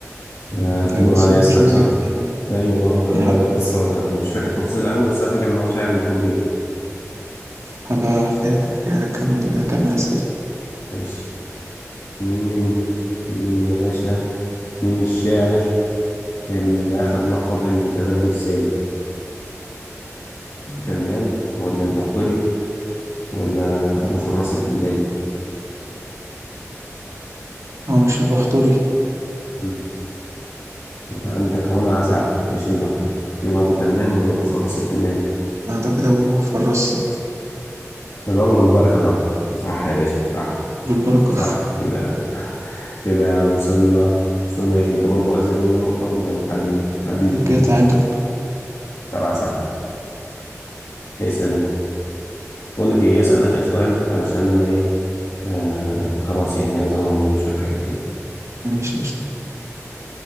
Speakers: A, on the left (about 70°); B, on the right (about 65°).
A: آه الدور
B: ده قصته
A: عليا اسال
B: مشهورة
A: صح
B: جدا يعني
A: ايوه اه
B: يعني
A: آه، القصه آه، مش فاكر تفاصيلها قوي بس انا فاكر ان هو شاعر الحب يعني
B: هبقى احكي لك حكاية اكمل اكمل اسئله
A: ماشي مين مين يا باشا مين الشاعر اللي أخد لقب المتنبي الثاني أبو تمام ولا البحتري ولا أبو فراس الحمداني
B: هو مش البحتري
A: مم. يبقى عندك وأنا هساعدك مش البحتري يبقى أبو تمام ولا أبو فراس الحمداني
B: اعتقد ابو فرصة
A: الغابة والبركة طبعا صح يا باشا صح
B: بالبركه
A: صح كده كده وصلنا وصلنا إيه أنت برضو أزيد مني نقطة ولا متعادلين متعادلين
B: <laughs> ده كده تعادل
A: سبعة سبعة اسأل أنت بقول لك إيه اسأل آخر سؤال علشان أنا إيه آه خلاص يعني عايز أغمض من شوية حاجات كده
B: ماشي قشطة